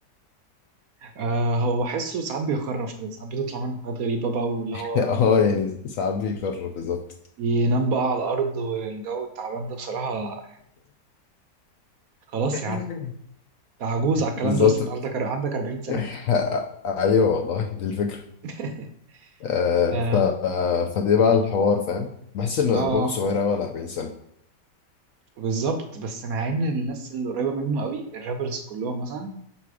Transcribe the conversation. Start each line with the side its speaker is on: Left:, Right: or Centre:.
Right: آه هو بحسه ساعات بيخرف كده ساعات بتطلع منه حاجات غريبه بقى واللي
Left: <laughs>
Right: هو
Left: اه يعني ساعات بيخرب بالظبط
Right: ينام بقى على الارض والجو التعبان ده بصراحه خلاص
Left: <laughs>
Right: يا عم انت عجوز على الكلام
Left: بالظبط
Right: ده اصلا انت عندك عندك 40 سنه
Left: <laughs> ايوه والله دي الفكره
Right: <laughs>
Left: آه،
Right: اه
Left: ف آه، فدي بقى الحوار فاهم بحس ان
Right: اه آه،
Left: دماغه صغيره قوي على 40 سنه
Right: بالظبط بس مع ان الناس اللي قريبه منه قوي الرابرز كلهم مثلا